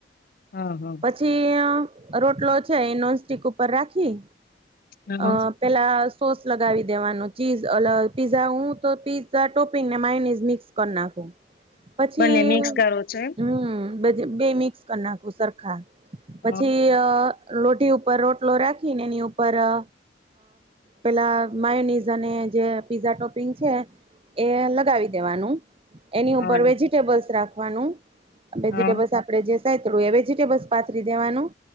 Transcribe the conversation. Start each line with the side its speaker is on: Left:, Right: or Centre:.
Left: હા હા
Right: પછી અ રોટલો છે એ નોન સ્ટીક ઉપર રાખી
Left: હા
Right: અ પેલા સોસ લગાવી દેવાનું ચીઝ અલ પીઝા હું તો પીઝા ટોપીંગને મેયોનિસ મિક્સ કરી નાખું. પછી
Left: બંને મિક્સ કરો છો એમ
Right: હમ્મ બે મિક્સ કર નાખું સરખા.
Left: હા
Right: પછી અ લોઢી ઉપર રોટલો રાખીને એની ઉપર અ પેલા માયોનીઝ અને જે પીઝા ટોપિંગ છે એ લગાવી દેવાનું. એની
Left: હા
Right: ઉપર વેજીિટેબલ્સ રાખ વાનું. વેજિટેબલ્
Left: હા
Right: આપણે જે સાતડું એ વેજીિટેબલ્સ પાથરી દેવાનું.